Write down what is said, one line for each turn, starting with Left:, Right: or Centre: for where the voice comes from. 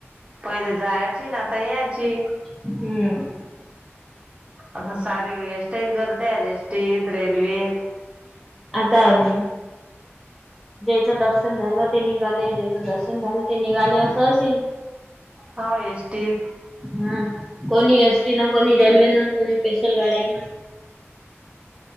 Right: पहिले जायची न आ आता याची.
Centre: हम्म.
Right: आता सारी एस टया गर्द्या आयेत एस टी त रेल्वेत.
Centre: आता अन् ज्याचं दर्शन झालं ते निघाले, ज्याचं दर्शन झालं ते निघाले, असं अशीन.
Right: हाव एस टी त.
Centre: ह कोणी एस टी न, कोणी रेल्वे न, कोणी स्पेशल गाड्या न.